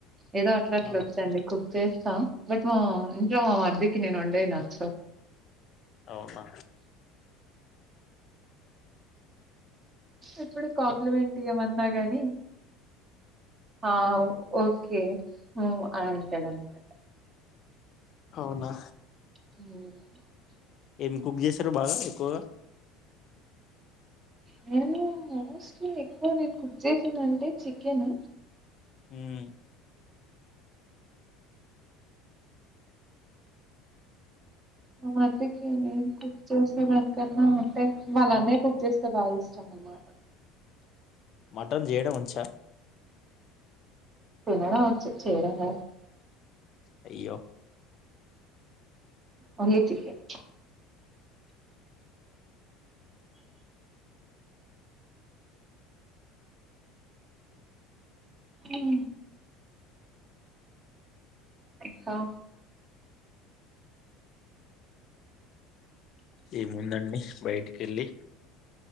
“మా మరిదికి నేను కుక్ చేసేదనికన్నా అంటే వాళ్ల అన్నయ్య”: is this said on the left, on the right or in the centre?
Right